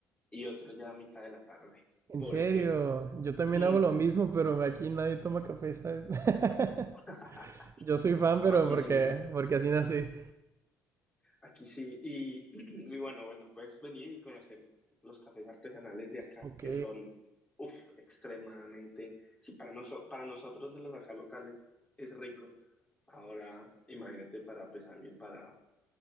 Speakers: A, on the left; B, on the right.
A: y otro ya a mitad de la tarde,
B: en
A: por
B: serio,
A: ejemplo.
B: yo también
A: Mm.
B: hago lo mismo, pero aquí nadie toma café, ¿sabes? <laughs>
A: <laughs>
B: Yo soy fan, pero
A: No, aquí
B: porque,
A: sí.
B: porque así nací.
A: Aquí sí, y, <clears throat> y bueno, bueno, puedes venir y conocer los cafés artesanales de acá,
B: Ok.
A: que son uf, extremadamente, sí, para, noso- para nosotros los acá locales es rico. Ahora, imagínate para pues alguien para